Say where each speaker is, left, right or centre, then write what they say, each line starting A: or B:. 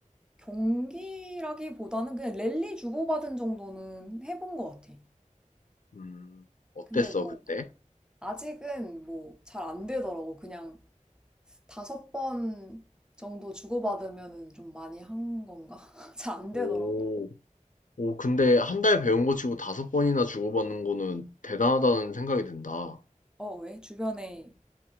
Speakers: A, in the centre; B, on the left.
A: 경기라기보다는 그냥 랠리 주고받은 정도는 해본 것 같아.
B: 음, 어땠어,
A: 근데 뭐
B: 그때?
A: 아직은 뭐 잘 안 되더라고. 그냥 다섯 번 정도 주고받으면은 좀 많이 한 건가? <laughs> 잘 안 되더라고.
B: 오. 오, 근데 한 달 배운 거 치고 다섯 번이나 주고받는 거는 대단하다는 생각이 든다.
A: 어, 왜? 주변에